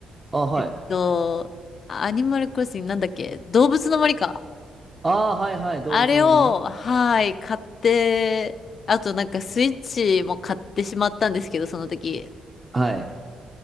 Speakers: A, on the right; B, on the left.
A: あ、はい。
B: えっと、アニマルクロスになんだっけ、動物の森か。
A: ああ、はいはい。動物の森ね。
B: あれを、はい、買って、あとなんかスイッチも買ってしまったんですけど、その時。
A: はい。